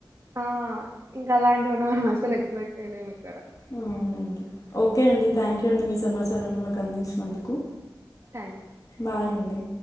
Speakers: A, on the right; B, on the left.
A: ఆహ్ ఇంకా అలాంటివన్నా మనం అసలు ఎక్స్పేక్ట్ చేయలేము ఇక్కడ.
B: అవునండి ఓకే అండి థ్యాంక్ యూ అండి మీ సమాచారాన్ని మాకు అందించినందుకు.
A: థ్యాంక్
B: బాయ్ అండి.